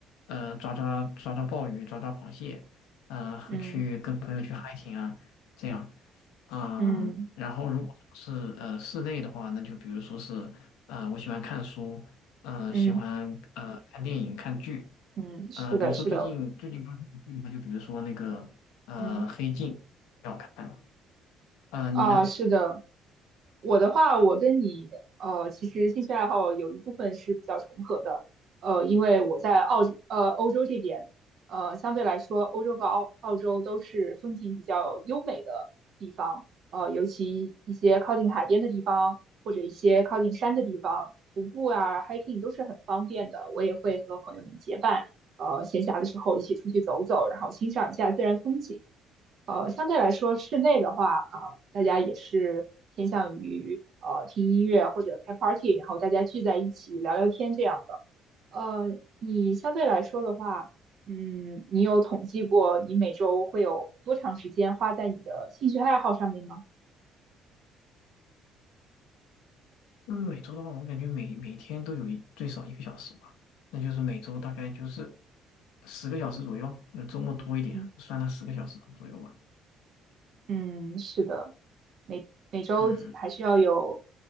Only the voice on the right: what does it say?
嗯嗯
嗯
嗯
嗯是的，
是的。
嗯。
啊，是的，我的话，我跟你呃，其实兴趣爱好有一部分是比较重合的，呃，因为我在澳呃欧洲这边，呃，相对来说，欧洲和澳澳洲都是风景比较优美的地方，呃，尤其一些靠近海边的地方，或者一些靠近山的地方，徒步啊、hiking 都是很方便的。我也会和朋友们结伴，呃，闲暇的时候一起出去走走，然后欣赏一下自然风景。呃，相对来说，室内的话，啊、大家也是偏向于呃听音乐或者开 party，然后大家聚在一起聊聊天这样的。呃，你相对来说的话，嗯，你有统计过你每周会有多长时间花在你的兴趣爱好上面吗？
嗯
嗯，是的，每每周还是要有